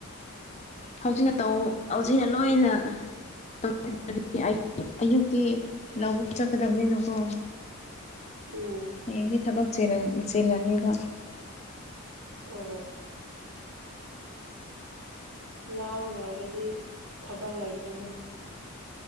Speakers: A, on the left (about 30°); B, on the right (about 75°).
A: ꯍꯧꯖꯤꯛꯅ ꯇꯧ ꯍꯧꯖꯤꯛꯅ ꯂꯣꯏꯅ ꯇꯧ <unintelligible> ꯑꯌꯨꯛꯇꯤ ꯂꯧꯕꯨꯛ ꯆꯠꯀꯗꯕꯅꯤꯅꯀꯣ
B: ꯎꯝ
A: ꯍꯌꯦꯡꯗꯤ ꯊꯕꯛ ꯆꯤꯜ ꯆꯦꯜꯂꯅꯦꯕ
B: ꯑꯣ ꯂꯥꯎ ꯂꯣꯏꯔꯗꯤ ꯊꯕꯛ ꯂꯩꯇ꯭ꯔꯦꯅ